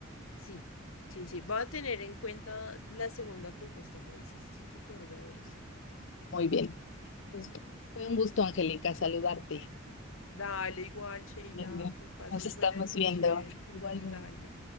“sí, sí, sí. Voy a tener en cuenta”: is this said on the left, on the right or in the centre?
Left